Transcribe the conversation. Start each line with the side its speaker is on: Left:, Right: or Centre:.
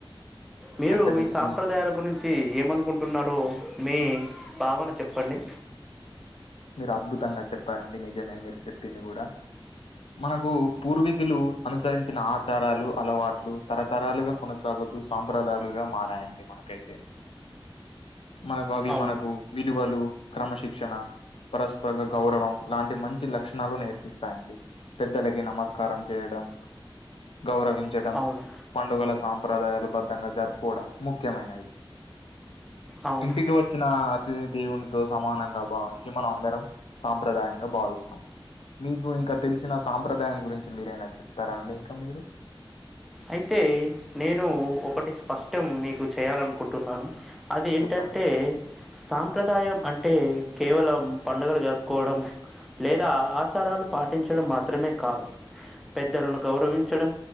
Centre: మీరు
Left: చక్కటి
Centre: ఈ
Left: విషయం
Centre: సాంప్రదాయాల
Left: చెప్-
Centre: గురించి ఏమనుకుంటున్నారో మీ భావన చెప్పండి
Left: మీరు అద్భుతంగా చెప్పారండి నిజమే మీరు చెప్పింది కూడా మనకు పూర్వీకులు అనుసరించిన ఆచారాలు అలవాట్లు తరతరాలుగా కొనసాగ సాంప్రదాలుగా మారాయండి మనకైతే మనకు అవి
Centre: అవును
Left: మనకు విలువలు క్రమశిక్షణ పరస్పర గౌరవం లాంటి మంచి లక్షణాలు నేర్పిస్తాయండి పెద్దలకి నమస్కారం చేయడం గౌరవించడం
Centre: అవును
Left: పండుగల సాంప్రదాయాలు బధంగా జరుపుకోవడం ముఖ్యమైనవి
Centre: అవును
Left: ఇంటికి వచ్చిన అతి దేవుని తో సమానంగా భావించి మనం అందరం సాంప్రదాయంగా భావిస్తాం మీకు ఇంకా తెలిసిన సాంప్రదాయం గురించి మీరైనా చెప్తారా అండి ఇంకా మీరు
Centre: అయితే నేను ఒకటి స్పష్టం మీకు చేయాలనుకుంటున్నాను అది ఏంటంటే
Left: చెప్పండి
Centre: సాంప్రదాయం అంటే అంటే కేవలం పండుగలు జరుపుకోవడం లేదా ఆచారాలు పాటించడం మాత్రమే కాదు పెద్దలను గౌరవించడం,